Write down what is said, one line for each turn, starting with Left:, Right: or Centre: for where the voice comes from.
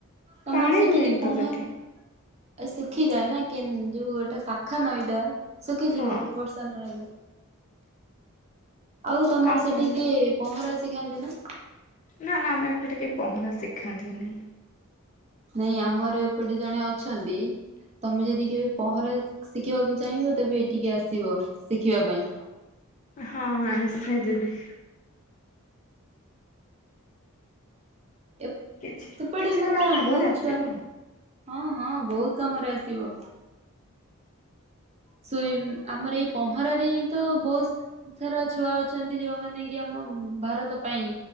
Right: ତମର
Left: ପାଣି
Right: ସେ
Left: ରୁହେନି
Right: ଟିକେ
Left: ତ
Right: ପହଁର
Left: ସେଠି
Right: ଶୁଖିଯାଏ ନା କେ ଯୋଉ ଗୋଟେ ଶାଖା ନ ଏଇଟା ଶୁଖିଯିବ
Left: ହଁ
Right: ବର୍ଷା ନହେଲେ ଆଉ ତମର
Left: କଣ
Right: ସେଠିକି
Left: କହିଲେ?
Right: ପହଁରା ଶିକାନ୍ତି ନା
Left: ନା ନା ଆମେ ଏପଟେ କେହି ପହଁରା ଶିଖାନ୍ତିନି
Right: ନାଇଁ ଆମର ଏପଟେ ଜଣେ ଅଛନ୍ତି। ତମେ ଯଦି କେବେ ପହଁରା ଶିଖିବାକୁ ଚାହିଁବ ତେବେ ଏଠିକି ଆସିବ ଶିଖିବା ପାଇଁ।
Left: ହଁ ହଁ ନିଶ୍ଚ ଯିବି
Right: ଏ
Left: କିଛି
Right: ସେପଟେ
Left: କିଛି
Right: ମୁଁ
Left: ତ ଗୋଟେ
Right: କଣ
Left: କାମରେ
Right: ବହୁତ
Left: ଆସିବ
Right: ଛୁଆ ହଁ ହଁ ବହୁତ କାମରେ ଆସିବ ସୁଇ ଆମର ଏଇ ପହଁରାରେ ହିଁ ତ ବହୁତ ସାରା ଛୁଆ ଅଛନ୍ତି ଯୋଉମାନେ କି ଆମ ଭାରତ ପାଇଁ